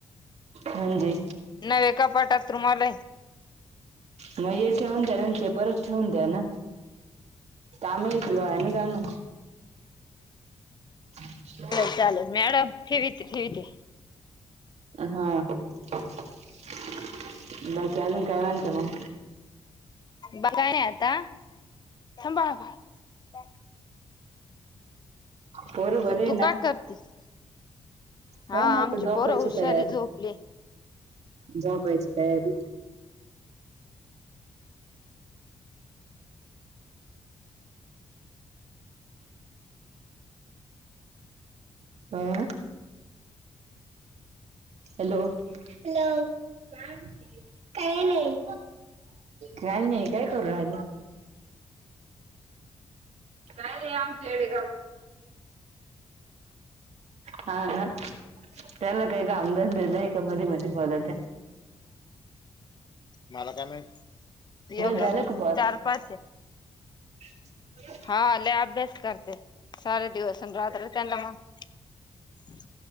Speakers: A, on the right; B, on the left.
A: म्हणजे
B: न्हवे कपाटात रुमाल आहे.
A: मग हे ठेऊून त्या्या न ते परत ठेवून द्या ना काम इकलो आहे ना जाणं. ह.
B: ल चाल मॅडम ठे ठे ते
A: हा बाकी आजून काय म्हणता मग
B: ब काय नाही आता ब बा.
A: पोरं बरे आहे
B: तू
A: ना?
B: का करतेस. हा
A: काय नाही
B: आमची
A: आता झोपायची
B: पोर हुशारी
A: तयारी
B: झोपले.
A: झोपायची तयारी हम्. Hello hello. काही नाही काय नाही काय करू रा.
B: ह.
A: काय नाही आमचेडे हा ना. त्याला काही का आमदज द नाही का मधी मधी बलात.
B: मला का नाही
A: झाला का
B: चार पाच आहे.
A: ह <unintelligible>
B: हा ल अभ्यास करते सारे दिवस राात्र. त्यांना मग